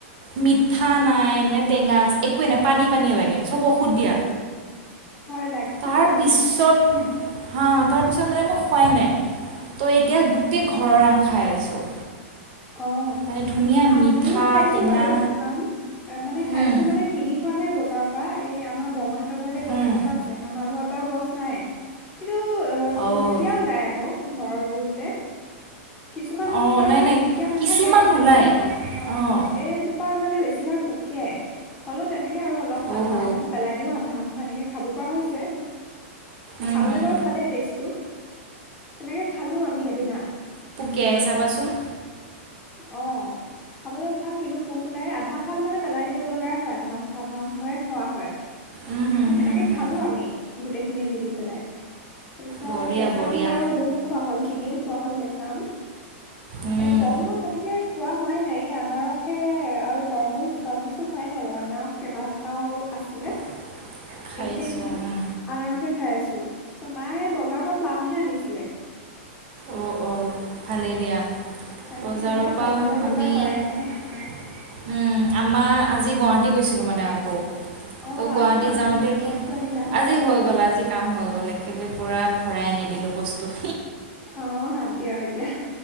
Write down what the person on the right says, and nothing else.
মিঠা নাই নে টেঙাচ একোৱে নাই পানী পানীয়ে লাগে, চব ঔষধ দিয়া।
তাৰ
পিছত
হাঁ তাৰ পিছত মানে মই খোৱাই নাই। ত' এতিয়া গোটেই ঘৰৰ আম খাই আছোঁ।
মানে ধুনীয়া
মিঠা
টেঙা
উম
উম
অ'।
অঁ
নাই নাই
কিছুমান নোলায়
অঁ
অহ'
উম
হুম
গেৰ চাবাচোন
উম হুম
হুম হুম
বঢ়িয়া
বঢ়িয়া
উম
<inaudible> খাইছোঁ
উম
অঁ অঁ ভালেই দিয়া
বজাৰৰ
পৰা
আমি
উম
আমাৰ আজি গুৱাহাটী গৈছিলো মানে আকৌ।
ত' গুৱাহাটী
যাওঁতে কি
আজি হৈ গ'ল আজি। কাম হৈ গ'ল একেবাৰে পুৰা ভৰাই আনি দিলোঁ বস্তু